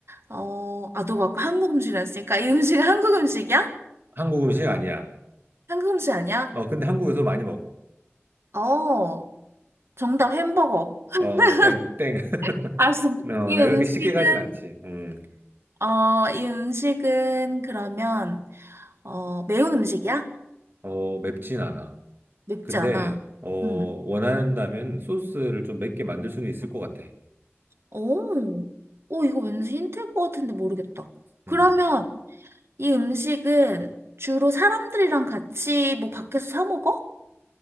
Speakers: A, on the right (about 65°); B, on the right (about 50°).
A: 어, 아, 너가 아까 한국 음식이라 했으니까 이 음식은 한국 음식이야?
B: 한국 음식 아니야.
A: 한국 음식 아니야?
B: 어, 근데 한국에서 많이 먹어.
A: 어, 정답 햄버거. <laughs>
B: 어, 땡, 땡. <laughs> 어,
A: 알
B: 내가
A: 이
B: 그렇게
A: 음식은,
B: 쉽게 가진 않지. 음,
A: 어, 이 음식은 그러면, 어, 매운 음식이야?
B: 어, 맵진 않아.
A: 맵지
B: 근데
A: 않아.
B: 어 원한다면
A: 음.
B: 소스를 좀 맵게 만들 수는 있을 것 같아.
A: 오, 오, 이거 왠지 힌트일 것 같은데 모르겠다. 그러면
B: 음.
A: 이 음식은 주로 사람들이랑 같이 뭐 밖에서 사 먹어?